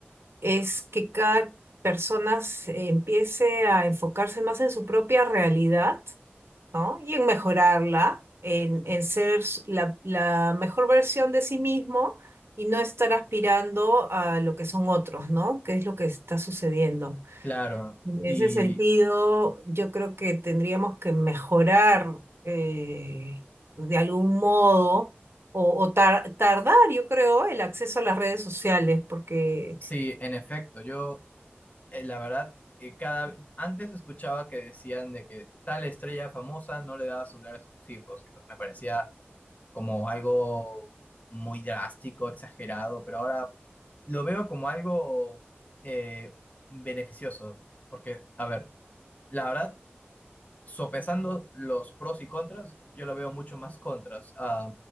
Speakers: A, on the right (about 75°); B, on the left (about 40°).
A: es que cada persona se- empiece a enfocarse más en su propia realidad, ¿no? Y en mejorarla, en, en ser s- la, la mejor versión de sí mismo y no estar aspirando a lo que son otros, ¿no? ¿Qué es lo que está sucediendo?
B: Claro,
A: En
B: y
A: ese sentido, yo creo que tendríamos que mejorar eh, pues, de algún modo. O, o tar- tardar, yo creo, el acceso a las redes sociales, porque
B: sí, en efecto, yo, eh, la verdad, eh, cada, antes escuchaba que decían de que tal estrella famosa no le daba celular a sus hijos, y pues me parecía como algo muy drástico, exagerado, pero ahora lo veo como algo eh, beneficioso, porque, a ver, la verdad, sopesando los pros y contras, yo lo veo mucho más contras a